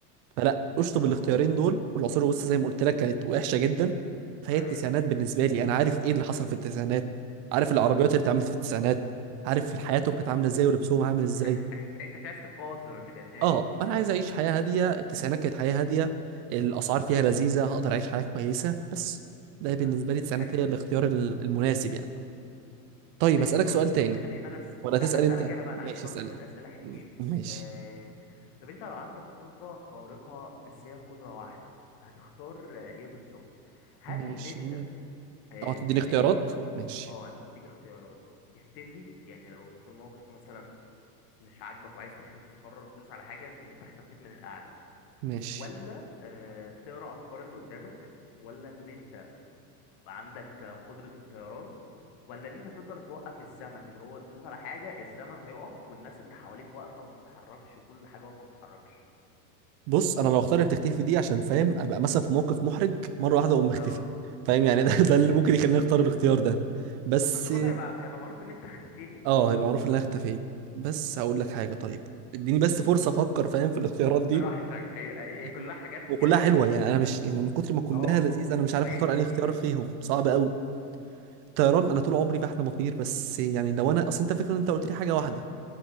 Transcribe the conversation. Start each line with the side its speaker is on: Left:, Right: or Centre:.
Right: فلا اشطب
Left: اه
Right: الاختيارين دول والعصور الوسطى زي ما قلت لك كانت وحشه جدا
Left: مرعبه
Right: فهي التسعينات بالنسبه لي انا عارف ايه اللي حصل في التسعينات عارف العربيات
Left: اه
Right: اللي اتعملت في التسعينات عارف حياتهم كانت عامله ازاي ولبسهم عامل ازاي
Left: ع- ع- يعني انت مش عايز تقاتل من الاخر
Right: اه انا عايز اعيش حياه هاديه التسعينات كانت حياه هاديه الاسعار فيها لذيذه هقدر اعيش حياه كويسه بس ده بالنسبه
Left: فاهمك
Right: لي التسعينات
Left: حلو
Right: هي
Left: والله
Right: الاختيار ال- المناسب يعني طيب
Left: ماشي
Right: اسالك
Left: خلاص
Right: سؤال تاني
Left: طب خليني انا أس...
Right: ولا
Left: لا
Right: تسال
Left: اسالك
Right: انت
Left: انا بقى انا
Right: ماشي
Left: عندي برضو
Right: اسال
Left: شويه
Right: انت
Left: اسئله حلوين
Right: م- ماشي
Left: آه... طب انت لو عندك قدره خارقه بس هي قدره واحده هتختار آه، ايه بالظبط هل
Right: ماشي
Left: ان انت آه...
Right: اه تديني
Left: تختفي
Right: اختيارات ماشي
Left: اه هديك اختيارات تختفي يعني لو في موقف مثلا مش عاجبك وعايز تختفي تقرر تدوس على حاجه تلاقي انت اختفيت من القعده
Right: ماشي
Left: ولا آه... تقرا افكار اللي قدامك ولا ان انت عندك قدرة الطيران ولا ان انت تقدر توقف الزمن اللي هو تدوس على حاجة الزمن هيقف والناس اللي حواليك واقفة ما بتتحركش وكل حاجة واقفة ما بتتحركش
Right: بص انا لو اختار اللي بتختفي دي عشان فاهم ابقى مثلا في موقف محرج مره واحده اقوم مختفي
Left: اه
Right: فاهم يعني <laughs> ده ده اللي ممكن يخليني اختار الاختيار ده بس
Left: طب ما انت برضه هيبقى هيبقى معروف ان انت اختفيت
Right: اه هيبقى معروف ان انا اختفيت بس هقول لك حاجه طيب اديني بس فرصه
Left: مم.
Right: افكر فاهم في الاختيارات
Left: براحتك
Right: دي
Left: هي هي كلها
Right: مم.
Left: حاجات
Right: وكلها
Left: يعني
Right: حلوه
Left: ايه
Right: يعني انا مش يعني من كتر ما كلها
Left: اه
Right: لذيذه انا
Left: محتاجة
Right: مش عارف اختار
Left: تفكير
Right: انهي اختيار فيهم صعب قوي الطيران انا طول عمري بحلم اطير بس يعني لو انا اصل انت فكره ان انت قلت لي حاجه واحده